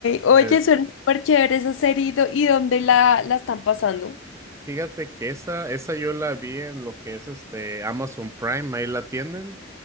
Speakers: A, on the left; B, on the right.
A: Oye,
B: sí,
A: suena súper chévere esa serie. ¿Y dó- y dónde la, la están pasando?
B: Fíjate que esa, esa yo la vi en lo que es este Amazon Prime, ahí la tienen,